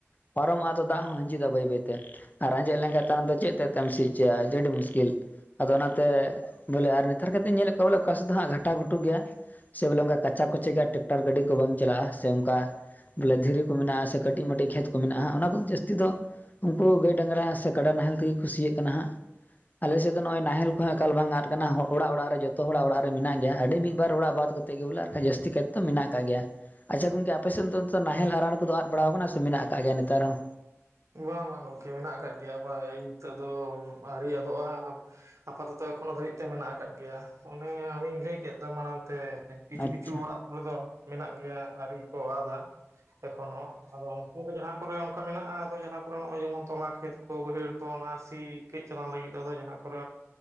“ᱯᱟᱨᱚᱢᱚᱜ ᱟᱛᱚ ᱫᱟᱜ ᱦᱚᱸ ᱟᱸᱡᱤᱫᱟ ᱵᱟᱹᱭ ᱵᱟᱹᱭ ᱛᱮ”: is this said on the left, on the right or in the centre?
Left